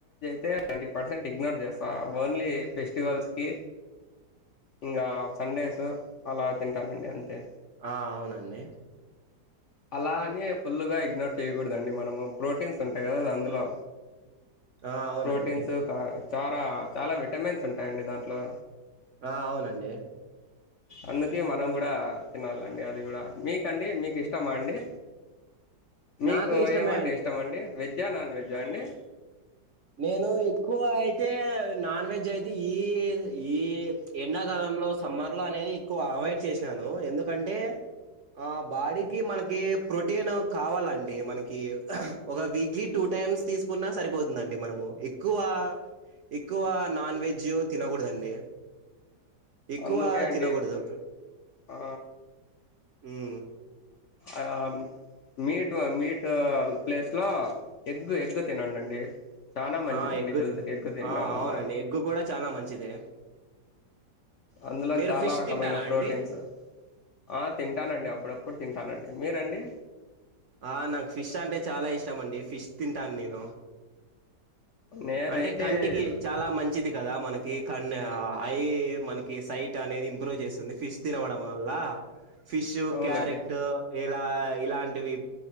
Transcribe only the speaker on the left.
తే నైంటీ పర్సెంట్ ఇగ్నోర్ చేస్తా. ఓన్లీ ఫెస్టివల్స్కి ఇంగా సండేస్ అలా తింటానండి అంతే
అలానే ఫుల్లుగా ఇగ్నోర్ చేయ్యకూడదండి మనము ప్రోటీన్స్ ఉంటాయి కదా అందులో
ప్రోటీన్స్ కార చార చాలా విటమిన్స్ ఉంటాయండి దాంట్లో
అందుకే మనం కూడా తినాలండి అది కూడ, మీకండి మీకు ఇష్టమా అండి మీకు
ఏమంటే ఇష్టం అండి వెజ్జా నాన్ వెజ్జా అండి
అందుకే అండి
ఆ,
ఆ మీట్ మీట్ ప్లేస్ లో ఎగ్గు ఎగ్ తినండి అండి చాన మంచిదండి
హెల్త్కి
ఎగ్ తిండం
వల్లా.
అందులో
చాల
రకమైన
ప్రోటీన్స్
ఆ తింటానండి అప్పుడప్పు టానండి మీరండి
నేనైతే
ఇలా-
అవునండి